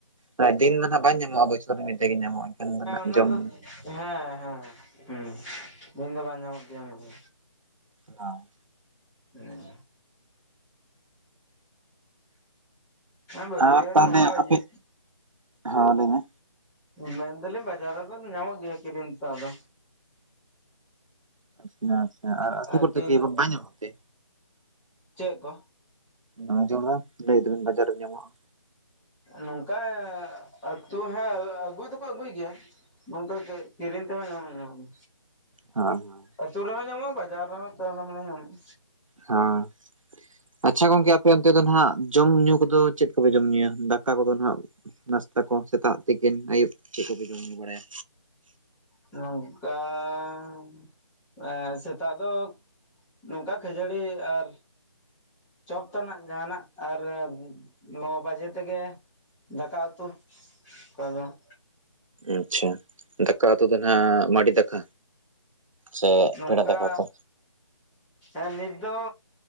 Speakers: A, on the right; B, in the centre.
A: ᱢᱟ ᱫᱤᱱ ᱫᱚ ᱱᱟᱜ ᱵᱟᱝ ᱧᱟᱢᱚᱜᱼᱟ ᱵᱚᱪᱷ ᱢᱤᱫᱷᱟ ᱜᱮ ᱧᱟᱢᱚᱜ ᱮᱱᱠᱷᱟᱱ
B: ᱚᱱᱟ
A: ᱡᱚᱢ
B: ᱫᱚ ᱦᱮᱸ ᱦᱮᱸ ᱦᱮᱸ ᱫᱤᱱ ᱫᱚ ᱵᱟᱝ ᱧᱟᱢᱚᱜ ᱜᱮᱭᱟᱹ ᱟᱱᱟ ᱫᱚ।
A: ᱦᱮᱸ,
B: ᱦᱮᱸ, ᱵᱟᱥᱭᱟᱢ
A: ᱟᱨ ᱛᱟᱦᱚᱞᱮ
B: ᱱᱚᱣᱟ
A: ᱟᱯᱮ
B: ᱤᱭᱟ
A: ᱦᱮᱸ ᱞᱟᱹᱭ ᱢᱮ
B: ᱢᱮᱱᱫᱟᱞᱤᱧ ᱵᱟᱡᱟᱨ ᱨᱮᱫᱚ ᱧᱟᱢᱚᱜ ᱜᱮᱭᱟ ᱠᱤᱨᱤᱧ ᱛᱮᱫᱚ ᱟᱫᱚ।
A: ᱟᱪᱪᱷᱟ ᱟᱪᱪᱷᱟ ᱟᱨ ᱟᱹᱛᱩ
B: ᱟᱨᱠᱤ
A: ᱠᱚ ᱠᱚᱛᱚ ᱠᱤ ᱵᱟᱝ ᱧᱟᱡᱟᱢ ᱛᱮ?
B: ᱪᱮᱫ ᱠᱚ
A: ᱟᱧᱡᱚᱢᱟ ᱞᱟᱹᱭ ᱫᱟᱵᱤᱱ ᱵᱟᱡᱟᱨ ᱨᱮ ᱧᱟᱢᱚᱜᱼᱟ।
B: ᱱᱚᱝᱠᱟ ᱟᱹᱛᱩ ᱦᱟᱜᱸ ᱟᱹᱜᱩᱭ ᱫᱚᱠᱚ ᱟᱹᱜᱩᱭ ᱜᱮᱭᱟ᱾ ᱱᱚᱝᱠᱟ ᱠᱤᱨᱤᱧ ᱛᱮᱦᱚᱸ ᱧᱟᱢᱚ ᱧᱟᱢᱟᱜ-ᱟ᱾
A: ᱦᱳᱭ ᱦᱳᱭ
B: ᱟᱹᱛᱩ ᱨᱮᱦᱚᱸ ᱧᱟᱢᱚᱜᱼᱟ ᱵᱟᱡᱟᱨ ᱨᱮᱦᱚᱸ ᱛᱟ ᱢᱟᱱᱮ ᱧᱟᱢᱚᱜᱼᱟ᱾
A: ᱦᱮᱸ, ᱟᱪᱪᱷᱟ ᱜᱚᱝᱠᱮ ᱟᱯᱮ ᱚᱱᱛᱮ ᱫᱚ ᱱᱟᱜ ᱡᱚᱢ ᱧᱩ ᱠᱚᱫᱚ ᱪᱮᱫ ᱠᱚᱯᱮ ᱡᱚᱢ ᱧᱩᱭᱟ ᱫᱟᱠᱟ ᱠᱚᱫᱚ ᱱᱟᱜ ᱱᱟᱥᱛᱟ ᱠᱚ ᱥᱮᱛᱟᱜ ᱛᱤᱠᱤᱱ ᱟᱹᱭᱩᱵ ᱪᱮᱫ ᱠᱚᱵᱮ ᱡᱚᱢ ᱧᱩ ᱵᱟᱲᱟᱭᱟ᱾
B: ᱛᱚᱝᱠᱟᱱ ᱮ ᱥᱮᱛᱟᱜ ᱫᱚ ᱱᱚᱝᱠᱟ ᱠᱷᱟᱹᱡᱟᱹᱲᱤ ᱟᱨ ᱪᱚᱯᱛᱟᱱᱟᱜ ᱡᱟᱦᱟᱸᱱᱟᱜ ᱟᱨ, ᱱᱚ ᱵᱟᱡᱮ ᱛᱮᱜᱮ ᱫᱟᱠᱟ ᱩᱛᱩ ᱠᱟᱫᱟ ᱾
A: ᱟᱪᱪᱷᱟ ᱫᱟᱠᱟ ᱩᱛᱩ ᱫᱚ ᱱᱟ ᱦᱟᱜ ᱢᱟᱰᱤ ᱫᱟᱠᱟ᱾ ᱥᱮ
B: ᱱᱚᱝᱠᱟ
A: ᱯᱮᱲᱟ ᱫᱟᱠᱟ ᱠᱚ
B: ᱦᱮᱸ ᱱᱤᱛ ᱫᱚ